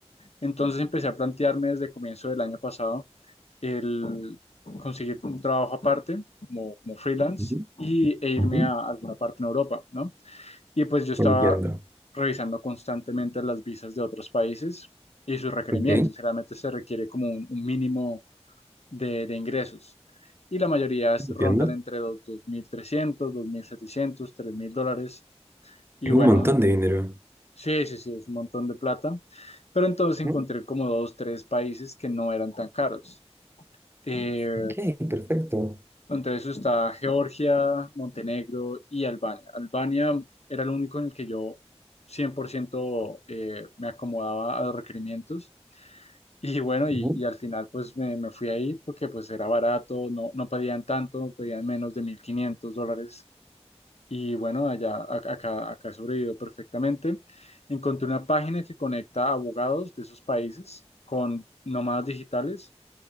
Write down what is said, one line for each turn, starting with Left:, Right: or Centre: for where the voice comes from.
Left: Entonces empecé a plantearme desde comienzo del año pasado el conseguir un trabajo aparte como, como freelance
Right: ujú,
Left: y, e irme
Right: ujú.
Left: a alguna parte en Europa, ¿no? Y pues yo estaba
Right: Entiendo.
Left: revisando constantemente las visas de otros países y sus requerimientos.
Right: Ok,
Left: Generalmente se requiere como un, un mínimo de, de ingresos y la mayoría es-
Right: entiendo.
Left: rondan entre los dos mil trescientos, dos mil setecientos, tres mil dólares. Y
Right: Es
Left: bueno,
Right: un montón de dinero.
Left: Sí, sí, sí, es un montón de plata. Pero entonces encontré
Right: Mm,
Left: como dos, tres países que no eran tan caros. Eh,
Right: Ok, perfecto.
Left: entre eso está Georgia, Montenegro y Albania. Albania era el único en el que yo 100% eh, me acomodaba a los requerimientos. Y bueno, y,
Right: Ujú,
Left: y al final pues me, me fui ahí porque pues era barato, no, no pedían tanto, pedían menos de mil quinientos dólares y bueno, allá, a- acá, acá sobrevivió perfectamente. Encontré una página que conecta abogados de esos países con nómadas digitales